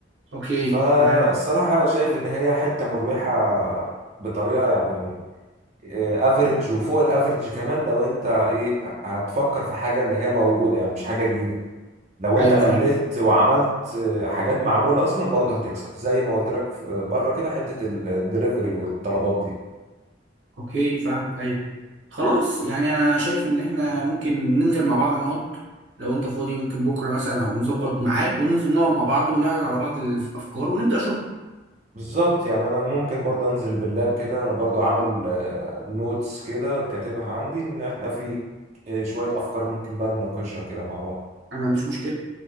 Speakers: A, on the right; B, on the right.
A: اوكي
B: فالصراحة
A: تمام
B: شايف ان هي حتة مربحة بطريقة يعني افريج وفوق الافريج كمان لو انت ايه هتفكر في حاجه اللي هي موجوده يعني مش حاجه جديده لو
A: ايوه
B: انت قللت
A: فاهمك
B: وعملت آه، حاجات معموله اصلا برضه هتكسب زي ما قلت لك في- آه، بره كده حته الدليفري والطلبات دي
A: اوكي فاهمك ايوه خلاص يعني انا شايف ان احنا ممكن ننزل مع بعض نقعد لو انت فاضي ممكن بكره مثلا او نظبط ميعاد وننزل نقعد مع بعض ونعرض على بعض الافكار ونبدا شغل
B: بالظبط يعني انا ممكن برضه انزل باللاب كده انا برضه عامل نوتس كده كاتبها عندي ان احنا في آه، شويه افكار ممكن بقى نناقشها كده مع بعض
A: انا ما عنديش مشكله